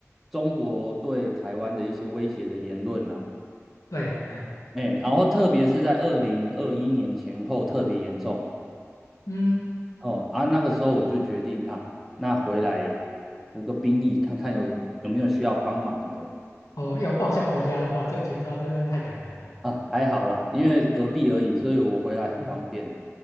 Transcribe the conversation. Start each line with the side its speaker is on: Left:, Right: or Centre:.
Centre: 中国对台湾的一些威胁的言论呐、
Left: 对，哎，
Centre: 哎，然后特别是在二零二一年前后特别严重
Left: 嗯，
Centre: 哦啊，那个时候我就决定啊，那回来服个兵役，看看有有没有需要帮忙的
Left: 哦，要报效国家，哇，这个情操真的太感人了，
Centre: 啊，还好啦，因为隔壁而已，所以我回来很方便。
Left: 嗯